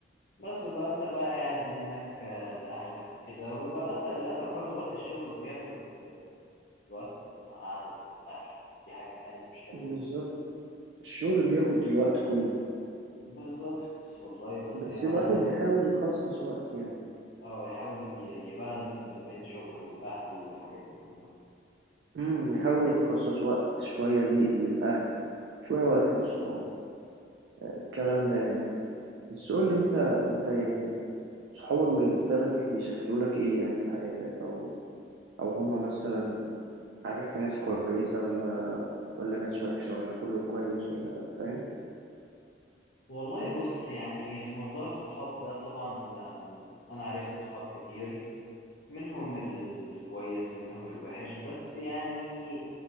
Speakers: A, on the left (about 55°); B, on the right (about 75°).
A: بس بيبقى انت بقى قاعد منك آه، لاهلك وكده ويبقى للاسف للاسف برضو وقت الشغل بياخد آه، الوقت مع قعدة الاهل دي حاجة يعني مش حلوة
B: بالظبط الشغل بياخد الوقت كله
A: بالظبط والله بس
B: بس
A: يعني الواحد
B: الواحد
A: لازم
B: بيحاول يخصص وقت يعني
A: اه يحاول ي- يبالانس ما بين شغله واهله والحاجات دي كلها
B: امم يحاول يخصص وقت شوية ليه للأهل شوية وقت للصحاب الكلام ده يعني بس قول لي انت انت يعني صحابك بالنسبة لك بيشكلوا لك ايه يعني في حياتك او او هما مثلا عرفت ناس كويسة ولا ولا ناس وحشة ولا كله كويس ولا فاهم
A: والله بص يعني في موضوع الصحاب ده طبعا آم، انا عرفت صحاب كتير منهم الكويس ومنهم الوحش بس يعني